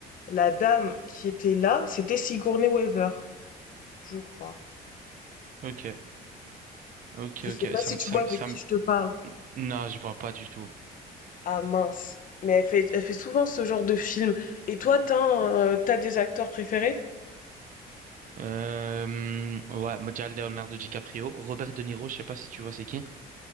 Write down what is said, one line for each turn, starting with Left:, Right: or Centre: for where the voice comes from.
Left: la dame qui était là, c'était Sigourney Weaver, je crois.
Right: Ok, ok,
Left: Je sais
Right: ok.
Left: pas
Right: Ça
Left: si
Right: me,
Left: tu
Right: ça
Left: vois
Right: me,
Left: de
Right: ça
Left: qui
Right: me...
Left: je te parle.
Right: Non, je vois pas du tout.
Left: Ah mince. Mais elle fait elle fait souvent ce genre de film. Et toi, t'as un, euh, t'as des acteurs préférés?
Right: Euh, ouais, moi, Leonardo DiCaprio, Robert De Niro, je sais pas si tu vois c'est qui.